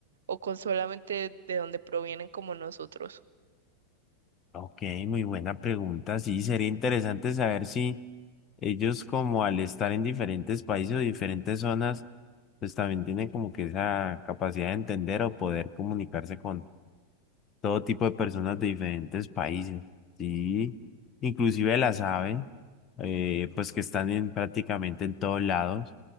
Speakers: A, on the right; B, on the left.
A: o con solamente de donde provienen como nosotros.
B: Ok, muy buena pregunta. Sí, sería interesante saber si ellos como al estar en diferentes países o diferentes zonas, pues también tienen como que esa capacidad de entender o poder comunicarse con. todo tipo de personas de diferentes países, ¿sí? Inclusive las aves, eh, pues que están en, prácticamente en todos lados,